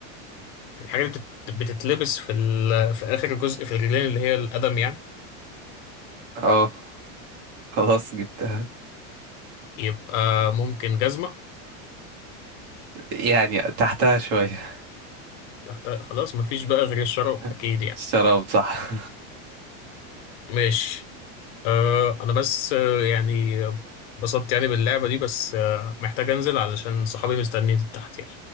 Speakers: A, on the left (about 55°); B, on the right (about 50°).
A: الحاجة اللي بتت- بتتلبس في ال... في آخر جزء في الرجلين اللي هي القدم يعني
B: اه خلاص جبتها
A: يبقى ممكن جزمة
B: يعني تحتها شوية
A: تحت خلاص مفيش بقى غير الشراب أكيد
B: <laughs>
A: يعني
B: الشراب صح
A: ماشي أه انا بس آه، يعني آه، انبسطت يعني باللعبة دي بس آه، محتاج انزل علشان صحابي مستنيين تحت يعني